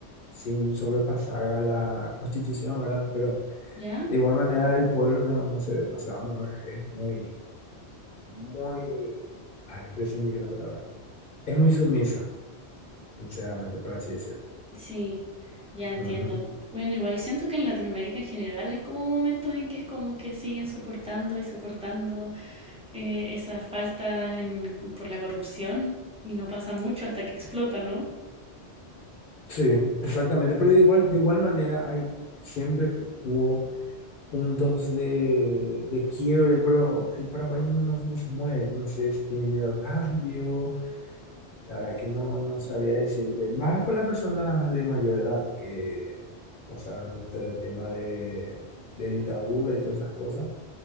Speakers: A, on the left (about 55°); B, in the centre.
A: sin sobrepasar a la Constitución, ¿verdad? Pero
B: ya,
A: de igual manera el pueblo no, no se, no se va a mover, es muy, muy, ay, recién dije la palabra, es muy sumisa, sinceramente, por así decirlo.
B: sí, ya entiendo.
A: Ujú.
B: Bueno, igual siento que en Latinoamérica en general hay como momentos en que es como que siguen soportando y soportando. eh, esa falta en- por la corrupción y no pasa mucho hasta que explota, ¿no?
A: Sí, exactamente, pero de igual, de igual manera hay, siempre fu- hubo puntos de, de quiebre, pero el Paraguay no, no, no se mueve, no sé si tiene miedo al cambio, la verdad que no, no sabía decirte, más por las personas de mayor edad que pasaron este tema de, de dictadura y todas esas cosas.